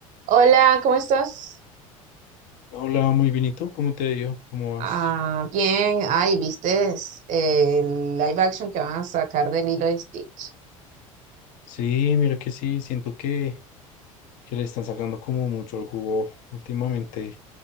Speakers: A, on the right (about 45°); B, on the left (about 50°).
A: Hola, ¿cómo estás?
B: Hola, muy bien. ¿Y tú? ¿Cómo te ha ido? ¿Cómo vas?
A: Ah, bien. Ay, ¿viste el live action que van a sacar de Lilo y Stitch?
B: Sí, mira que sí, siento que, que le están sacando como mucho el jugo últimamente